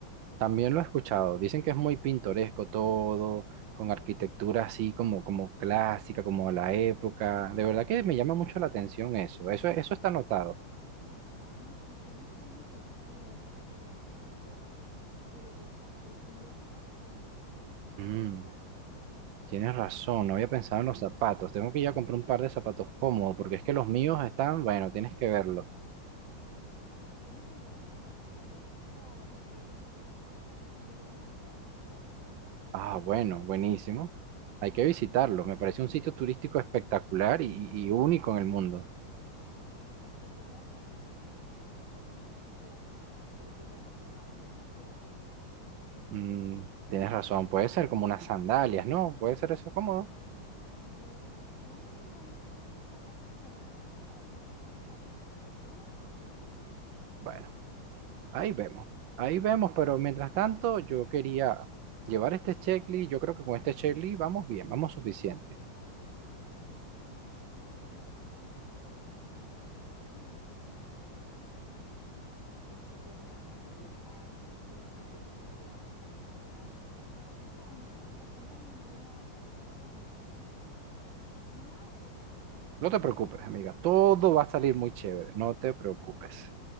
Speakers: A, on the right; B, on the left.
A: También lo he escuchado. Dicen que es muy pintoresco todo, con arquitectura así como, como clásica, como la época. De verdad que me llama mucho la atención eso. Eso, eso está anotado.
B: Sí, y tiene calles de piedra, o sea, hay que llevar zapatos cómodos. Pero yo estoy loca por visitar esos sitios,
A: Mm,
B: de verdad.
A: tienes razón, no había pensado en los zapatos. Tengo que ir a comprar un par de zapatos cómodos, porque es que los míos están, bueno, tienes que verlos.
B: No, no, tienes que llevar zapatos cómodos porque también quiero ir a los médanos de Coro.
A: Ah, bueno, buenísimo. Hay que visitarlo. Me parece un sitio turístico espectacular y, y único en el mundo.
B: Espectacular, y acuérdate que tenemos que ir con ropa cómoda, porque bueno, tú sabes que eso es pura arena.
A: Mm, tienes razón, puede ser como unas sandalias, ¿no? Puede ser eso cómodo.
B: Bueno, yo me llevaría mejor unos zapatos cerrados para evitar tanta arena, pero tú vas como tú quieres.
A: Bueno, ahí vemos. Ahí vemos, pero mientras tanto yo quería llevar este checklist. Yo creo que con este checklist vamos bien, vamos suficiente.
B: Sí, tenemos que ir todo anotando todo, por lo menos ir tachando lo del carro, la comida, el sitio donde vamos a llegar, los sitios donde que vamos a visitar, para que, sabes, no se nos presente ninguna otra cosa, ninguna emergencia, ni nada de eso.
A: No te preocupes, amiga. Todo va a salir muy chévere. No te preocupes.